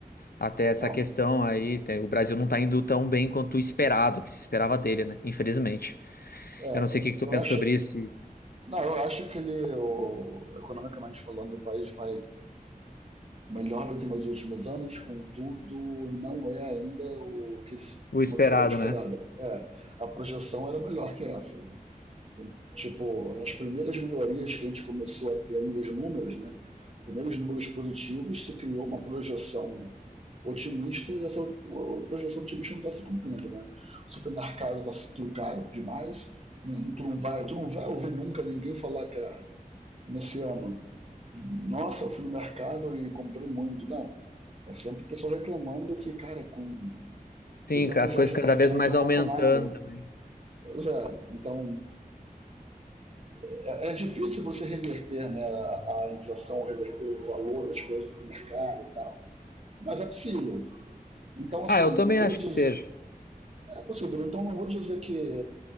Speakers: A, on the left; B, on the right.
A: Até essa
B: não.
A: questão aí, tem- o Brasil não tá indo tão bem quanto o esperado, que se esperava dele, né? Infelizmente.
B: É,
A: Eu não sei o que que tu
B: eu
A: pensa
B: acho,
A: sobre isso, se-
B: não, eu acho que ele, o- economicamente falando, o país vai melhor do que nos últimos anos, contudo, não é ainda o que, se-
A: o
B: como
A: esperado,
B: tu falou, esperada.
A: né?
B: É, a projeção era melhor que essa, né? E, Tipo, as primeiras melhorias que a gente começou a ter a nível de números, né? Primeiros números positivos, se criou uma projeção otimista e essa o- projeção otimista não está se cumprindo, né? O supermercado está se tudo caro demais, não- tu não vai, tu não vai ouvir nunca ninguém falar que ah, nesse ano nossa, eu fui no mercado e comprei muito. Não. É sempre o pessoal reclamando que, cara, com 200
A: Sim, as
B: reais
A: coisas
B: no
A: cada
B: mercado
A: vez mais
B: tu não
A: aumentando
B: compra nada.
A: também.
B: Pois é, então é, é difícil você reverter né, a, a inflação, reverter o valor das coisas para mercado e tal. Mas é possível. Então, assim,
A: Ah, eu também
B: não vou
A: acho
B: dizer.
A: que seja.
B: É possível, então não vou dizer que